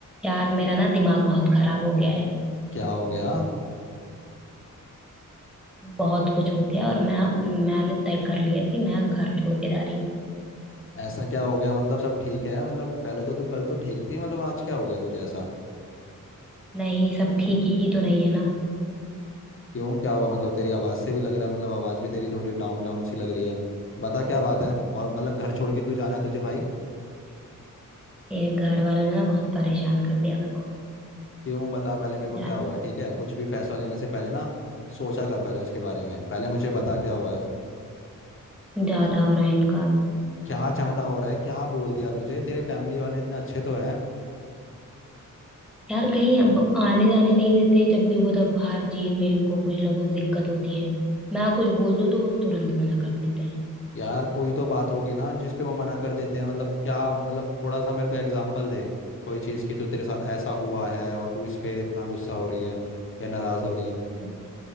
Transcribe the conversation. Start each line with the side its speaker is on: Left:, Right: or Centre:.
Centre: यार मेरा ना दिमाग बहुत खराब हो गया है
Left: क्या हो गया
Centre: बहुत कुछ हो गया और मैं अब मैंने तय कर लिया कि मैं घर छोड़ के जा रही हूँ
Left: ऐसा क्या हो गया मतलब सब ठीक है मतलब पहले तो तू कल तो ठीक थी मतलब आज क्या हो गया तुझे ऐसा
Centre: नहीं सब ठीक ही तो नहीं है ना
Left: क्यों क्या हुआ मतलब तेरी आवाज से भी लग रहा है मतलब आवाज भी तेरी थोड़ी डाउन डाउन सी लग रही है बता क्या बात है और मतलब घर छोड़ के क्यों जाना है तुझे भाई
Centre: ये घर वालों ने ना बहुत परेशान कर दिया मेरे को
Left: क्यों बता पहले मेरे
Centre: अब
Left: को
Centre: ज्यादा
Left: क्या हुआ है ठीक है कुछ भी फैसला लेने से पहले ना सोचा कर पहले उसके बारे में पहले मुझे बता क्या हुआ है
Centre: ज्यादा हो रहा है इनका अब
Left: क्या ज्यादा हो रहा है क्या बोल दिया तुझे तेरे फैमिली वाले इतने अच्छे तो हैं
Centre: यार कहीं अब आने जाने नहीं देते जब देखो तब हर चीज में इनको कुछ ना कुछ दिक्कत होती है मैं कुछ बोल दूँ तो वो तुरंत मना कर देते हैं
Left: यार कोई तो बात होगी ना जिसपे वो मना कर देते हैं मतलब क्या मतलब थोड़ा सा मेरे को एग्जांपल दे कोई चीज़ की तो तेरे साथ ऐसा हुआ है और तू इस पे इतना गुस्सा हो रही है या नाराज़ हो रही है
Centre: अब